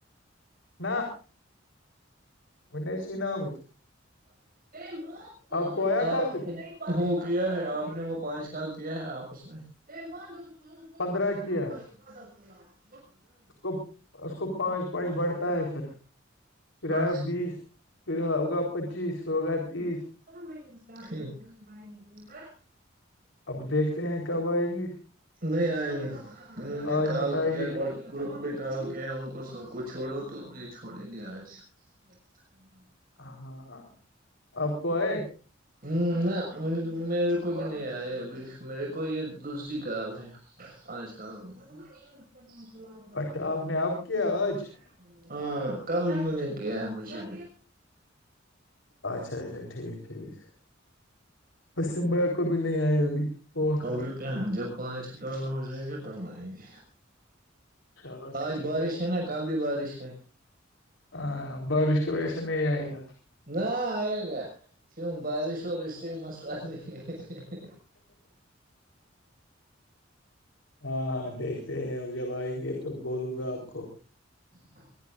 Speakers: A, on the left; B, on the right.
A: نہ <unintelligible> ون چ ن آمت <unintelligible>
B: تو <unintelligible>
A: آپ کو آیا ٹاسک
B: ہاں <unintelligible> کیا ہے آپ نے وہ پانچ کال کیا ہے آپس نے <unintelligible> کب
A: پندرہ
B: کرنا
A: کیا
B: چ <unintelligible> کڑا <unintelligible>
A: اس کو اس کو پانچ پانچ بڑھتا ہے پھر <unintelligible> کرایہ
B: اچھا
A: بیس پھر ہوگا <unintelligible> پچیس روگا تیس <unintelligible>
B: ب <unintelligible>
A: اب دیکھتے ہیں کب آئیں گی
B: نہیں آئے انہوں نے
A: آج
B: کال
A: مت آئیں
B: کیا
A: گے
B: گروپ بھی کال کیا ان کو <unintelligible> کو سب کو چھوڑو تو یہ چھوڑیں گے آج <unintelligible> ا <unintelligible>
A: آنا <unintelligible> آپ کو آئے <unintelligible>
B: ہ نہ میرے کو بھی نہیں آیا ابھی میرے کو یہ دوسری کار ہے پانچ کال میں <unintelligible>
A: اچھا آپ نے آپ کیا آج
B: ہاں کل د میں نے <unintelligible> کیا ہے مجب
A: اچھا اچ اچھا ٹھیک ٹھیک پشچم بنگال کو بھی نہیں آئے ابھی فون
B: ابھی
A: کا
B: کہاں جب پانچ کار ہو جائے گا تب آئیں گے
A: چلو
B: آج
A: ٹھیک
B: بارش ہے نا کل بھی بارش شے
A: ہاں بارش کی وجہ سے نہیں آئے گا
B: نہ آئے گا کیوں بارش اور اس سے مسئلہ نہیں ہے
A: ہاں دیکھتے ہیں اب جب آئیں گے تو بولوں گا ا
B: ہاں